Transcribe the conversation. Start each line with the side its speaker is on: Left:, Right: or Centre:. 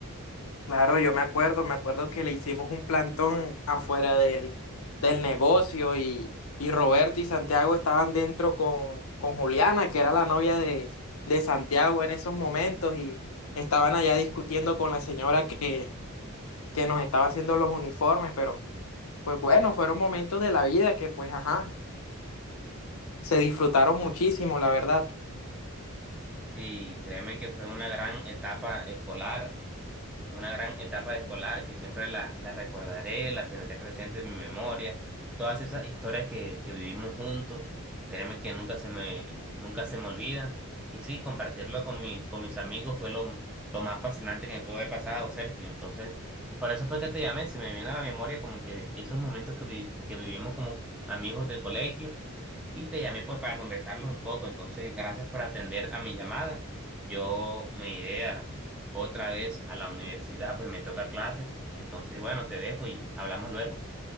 Left: Claro, yo me acuerdo, me acuerdo que le hicimos un plantón afuera del, del negocio y, y Roberto y Santiago estaban dentro con, con Juliana, que era la novia de, de Santiago en esos momentos, y estaban allá discutiendo con la señora que, que nos estaba haciendo los uniformes, pero pues bueno, fueron momentos de la vida que pues ajá, se disfrutaron muchísimo, la verdad.
Centre: Sí, créeme que fue una gran etapa escolar. una gran etapa escolar que siempre la, la recordaré, la tendré presente en mi memoria. Todas esas historias que, que vivimos juntos, créeme que nunca se me, nunca se me olvidan. Y sí, compartirlo con mis, con mis amigos fue lo, lo más fascinante que me pudo haber pasado, Sergio. Entonces, por eso fue que te llamé, se me vino a la memoria como que esos momentos que, vi- que vivimos como amigos del colegio. Y te llamé pues para conversarlos un poco. Entonces, gracias por atender a mi llamada. Yo me iré a otra vez a la universidad, pues me toca clase. Entonces, bueno, te dejo y hablamos luego.